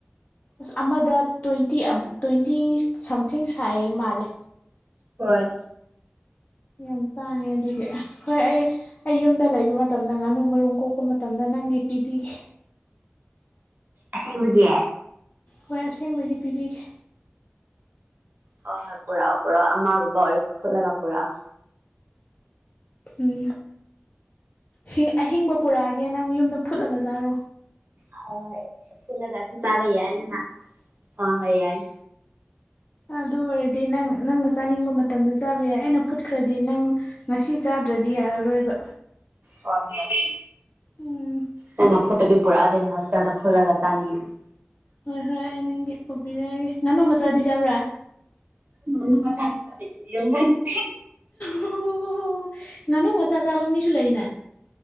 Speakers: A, on the left (about 40°); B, on the right (about 50°).
A: ꯑꯁ ꯑꯃꯗ ꯇ꯭ꯋꯦꯟꯇꯤ ꯇ꯭ꯋꯦꯟꯇꯤ ꯁꯝꯊꯤꯡ ꯁꯥꯏ ꯃꯥꯜꯂꯦ
B: ꯍꯣꯏ
A: ꯌꯥꯝ ꯇꯥꯡꯉꯤ ꯑꯗꯨꯗꯤ ꯍꯣꯏ ꯑꯩ ꯑꯩ ꯌꯨꯝꯗ ꯂꯩꯕ ꯃꯇꯝꯗ ꯉꯥꯅꯨ ꯃꯔꯨꯝ ꯀꯣꯛꯄ ꯃꯇꯝꯗ ꯅꯪꯒꯤ ꯄꯤꯕꯤꯒꯦ
B: ꯑꯁꯦꯡꯕꯒꯤ
A: ꯍꯣꯏ ꯑꯁꯦꯡꯕꯒꯤ ꯄꯤꯕꯤꯒꯦ
B: ꯍꯣꯏ ꯍꯣꯏ ꯄꯨꯔꯛꯑꯣ ꯄꯨꯔꯛꯑꯣ ꯑꯃꯒꯨꯝꯕ ꯑꯣꯏꯔꯁꯨ ꯐꯨꯠꯂꯒ ꯄꯨꯔꯛꯑꯣ
A: ꯎꯝ ꯍꯣꯏ ꯑꯍꯤꯡꯕ ꯄꯨꯔꯛꯑꯒꯦ ꯅꯪ ꯌꯨꯝꯗ ꯐꯨꯠꯂꯒ ꯆꯥꯔꯣ
B: ꯍꯣꯏ ꯍꯣꯏ ꯐꯨꯜꯂꯒꯁꯨ ꯆꯥꯕ ꯌꯥꯏꯗꯅ ꯍꯣ ꯍꯣꯏ ꯌꯥꯏ
A: ꯑꯗꯨ ꯑꯣꯏꯔꯗꯤ ꯅꯪ ꯅꯪꯅ ꯆꯥꯅꯤꯡꯕ ꯃꯇꯝꯗ ꯆꯥꯕ ꯌꯥꯏ ꯑꯩꯅ ꯐꯨꯠꯈ꯭ꯔꯗꯤ ꯅꯪ ꯉꯁꯤ ꯆꯥꯗ꯭ꯔꯗꯤ ꯌꯥꯔꯔꯣꯏꯕ
B: ꯍꯣꯢ ꯍꯣꯏ
A: ꯎꯝ
B: ꯅꯪꯅ ꯐꯨꯠꯇꯕꯤ ꯄꯨꯔꯛꯑꯗꯤ ꯑꯩꯅ ꯍꯣꯢꯇꯦꯜꯗ ꯐꯨꯜꯂꯒ ꯆꯥꯅꯤꯡꯉꯦ
A: ꯍꯣꯏ ꯍꯣꯏ ꯑꯩ ꯅꯪꯒꯤ ꯄꯨꯕꯤꯔꯛꯑꯒꯦ ꯉꯥꯅꯨ ꯃꯆꯥꯗꯤ ꯆꯥꯕ꯭ꯔꯥ
B: ꯉꯥꯅꯨ ꯃꯆꯥꯗꯤ ꯆꯥꯗꯦ ꯌꯦꯔꯨꯝꯈꯥꯛꯇꯅꯦ
A: ꯑꯣ ꯑꯣ ꯑꯣ ꯉꯥꯅꯨ ꯃꯆꯥ ꯆꯕꯥ ꯃꯥꯁꯨ ꯂꯩꯅꯦ